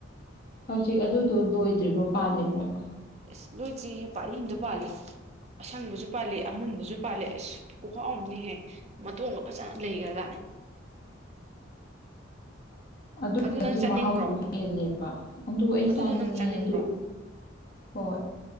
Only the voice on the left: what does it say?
ꯍꯧꯖꯤꯛ ꯑꯗꯨꯗꯣ ꯂꯣꯏꯗ꯭ꯔꯤꯕ꯭ꯔꯣ ꯄꯥꯜꯂꯤꯕ꯭ꯔꯕ
ꯑꯗꯨꯗꯁꯨ
ꯃꯍꯥꯎꯗꯣ ꯍꯦꯜꯂꯦꯕ ꯑꯗꯨ ꯑꯩ
ꯆꯥꯅꯤꯡꯉꯦ
ꯑꯗꯨ ꯍꯣꯏ